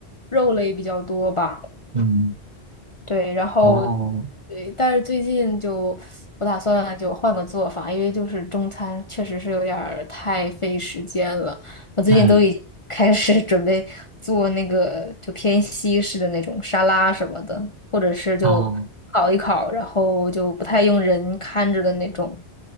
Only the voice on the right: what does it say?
嗯，
哦，
嗯，
哦。